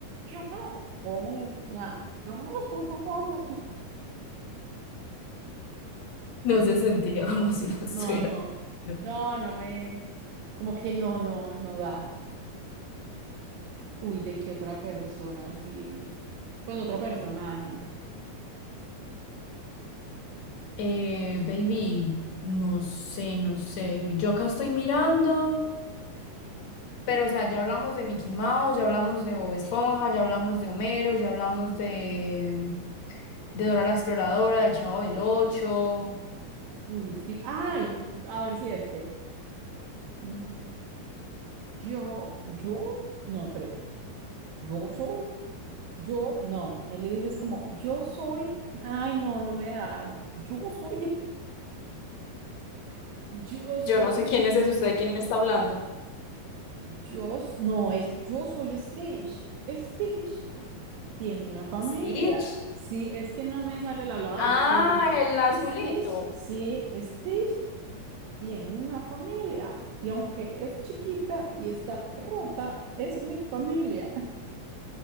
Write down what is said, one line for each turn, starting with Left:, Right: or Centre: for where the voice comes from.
Right: Yo me, como, nada. Yo me la estoy tapando. <laughs>
Left: No se sentía <laughs> como si lo estuviera.
Right: No, no.
Left: No.
Right: No, no me, como que no, no, no da. Uy, ¿de qué otra persona? Sí. Pues otro personaje.
Left: Eh, baby, no sé, no sé. Yo acá estoy mirando. Pero, o sea, ya hablamos de Mickey Mouse, ya hablamos de Bob Esponja, ya hablamos de Homero, ya hablamos de, de Dora la Exploradora, del Chavo del Ocho.
Right: Uy, sí. Ay, a ver si este. Mm, Yo, yo, no, espere. Yo soy, yo, no. Él le dices como, yo soy. Ay, no, no me da. Yo soy, <laughs> yo soy,
Left: Yo no sé quién es
Right: yo,
Left: ese, usted de quién está hablando.
Right: yo s- no, es, yo soy Stitch. Stitch tiene una familia.
Left: Stitch.
Right: Sí, es que no me sale el hablado
Left: Ah,
Right: de Stitch.
Left: el azulito.
Right: Stitch, sí, Stitch tiene una familia. Y aunque es chiquita y está rota, es mi familia.